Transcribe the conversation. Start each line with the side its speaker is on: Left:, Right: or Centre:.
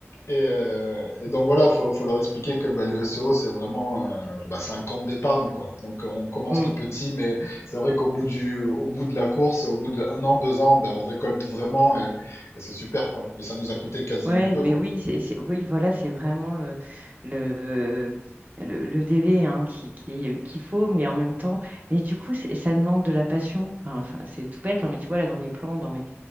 Left: et, euh, et donc voilà, faut, faut leur expliquer que bah, le SEO c'est vraiment, euh, bah, c'est un compte d'épargne quoi. Donc on commence
Right: Mm.
Left: tout petit, mais c'est vrai qu'au bout du, au bout de la course, au bout de un an, deux ans, ben on récolte vraiment et, et c'est super quoi. Et ça nous a coûté quasiment
Right: Ouais,
Left: peu
Right: mais
Left: quoi.
Right: oui, c'est, c'est- oui, voilà, c'est vraiment le, le, le, le délai hein, qui, qui est- qu'il faut, mais en même temps, mais du coup, c'est- ça demande de la passion. Enfin, enfin, c'est tout bête, hein, mais tu vois, là, dans mes plans, dans mes,